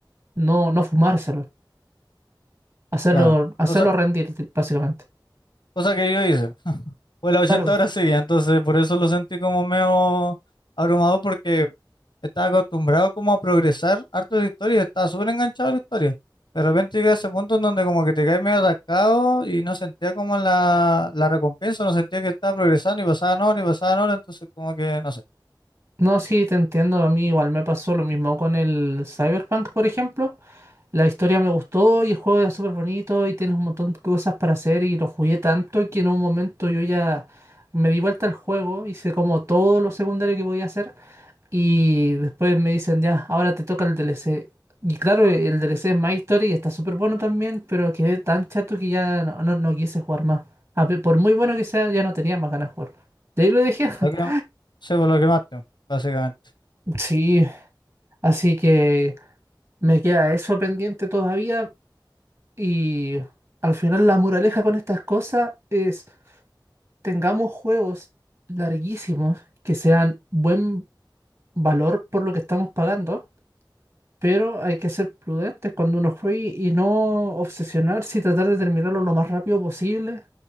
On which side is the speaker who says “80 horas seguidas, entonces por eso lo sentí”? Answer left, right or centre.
Left